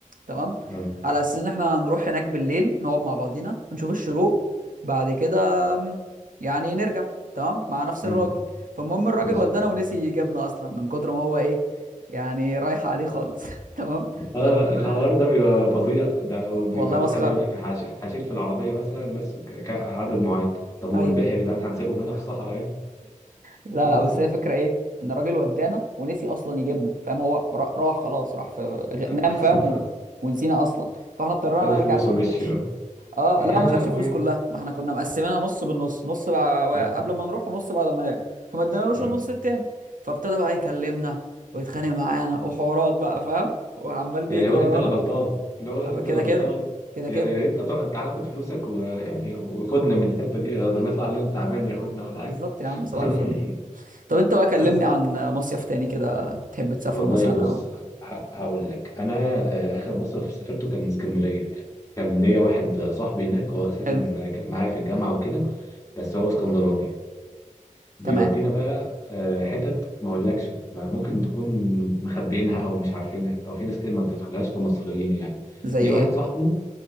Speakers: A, on the right (about 85°); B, on the left (about 25°).
A: تمام
B: اه
A: على اساس ان احنا هنروح هناك بالليل نقعد مع بعضينا نشوف الشروق بعد كده آم، يعني نرجع تمام مع نفس
B: مم.
A: الراجل فالمهم الراجل
B: بالظبط
A: ودانا ونسي يجيبنا اصلا من كتر ما هو ايه يعني رايحه عليه خالص <laughs> تمام
B: اه
A: فاضطرينا
B: الحوار ده بيبقى فظيع ده وبيبقى
A: والله
B: مثلا
A: مسخره
B: يقول لك هش- هشيل في العربيه مثلا الناس ك- ك- عدد معين طب والباقي
A: ايوه
B: يا جدعان هنسيبهم هنا في الصحراء يعني
A: لا
B: بالظبط
A: لا بس هي فكرة ايه ان الراجل ودانا ونسي اصلا يجيبنا فاهم هو را- راح خلاص راح في غ-
B: <laughs>
A: نام فاهم و... ونسينا اصلا فاحنا اضطرينا
B: خد الفلوس
A: نرجع الفندق
B: ومشي
A: ماشي
B: اه
A: اه
B: يا
A: لا ما
B: لهوي
A: خدش الفلوس كلها ما احنا كنا مقسمينها نص بالنص نص بقى
B: مم.
A: قبل ما نروح ونص بعد ما نرجع فما ادانالوش
B: آه.
A: النص التاني فابتدى بقى يكلمنا ويتخانق معانا وحوارات بقى فاهم وعمال بيجري
B: يعني هو
A: ورانا
B: انت اللي غلطان اللي هو اللي
A: آه،
B: انت
A: كده
B: اللي غلطان
A: كده كده
B: يا
A: كده
B: يا ريت طب تعالى خد فلوسك ويعني وخدنا من الحته دي ده نطلع عليهم تعبان ياخدنا ولا حاجه
A: بالظبط يا عم صباح
B: <laughs>
A: الفل طب انت بقى كلمني
B: بس
A: عن مصيف تاني كده تحب تسافره
B: والله
A: مثلا
B: بص
A: او
B: ه- هقول لك انا آه، اخر مصيف سافرته كان اسكندريه كان ليا واحد صاحبي هناك هو اساسا
A: حلو
B: كان معايا في الجامعه وكده بس هو اسكندراني بيودينا
A: تمام
B: بقى آه، حتت ما اقولكش ما ممكن تكون مخبيينها او مش عارفينها او في ناس كده ما بتدخلهاش كمصريين يعني
A: زي
B: ليه
A: ايه
B: واحد صاحبه